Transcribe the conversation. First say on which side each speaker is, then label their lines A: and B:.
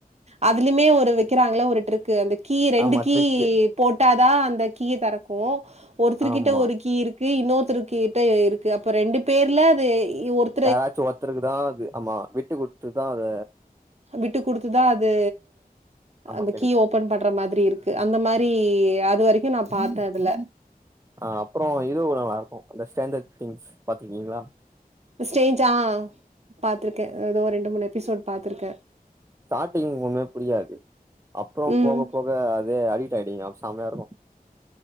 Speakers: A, on the right (about 45°); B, on the right (about 20°).
A: அதுலேமே ஒரு வெக்கிறாங்ளே ஒரு டிர்க்கு அந் கீ ரெண்டு
B: ஆமா
A: கீ
B: ட்ரிக்கு
A: போட்டாதா அந்த கீய தெறக்கு ஒருத்திரு
B: ஆமா
A: கிட்ட ஒரு கீ இருக் கு இன்னொருத்தருக்கிட்ட இருக்கு அப்ப ரெண்டு பேர்ல அது ஒருத்
B: யாராச்சு ஒத்தருக்குதா அது ஆமா விட்டு குடுத்துதா அத
A: விட்டு குடுத்துதா அது
B: ஆமா
A: அந்த
B: கெடைக்கு
A: கீய ஓபன் பண்ற மாதிரி இருக் கு அந்த மாரி அது வரைக்கு நா பாத்த அதுல
B: அ அப்றோ இதுவு நல்லாருக்கு அந்த ஸ்டாண்டடு திங்ஸ் பாத்ருக்கீங்களா
A: ஸ்டேஜா பாத்ருக்க ஏதோ ஒரு ரெண்டு மூணு எப்பிசோட் பாத்ருக்க
B: ஸ்டாட்டிங் ஒன்னுமே புரியாது அப்றோ
A: ம்
B: போக போக அதே அடிட் ஆயிடுவீங்க அப் சமையாயிருக்கு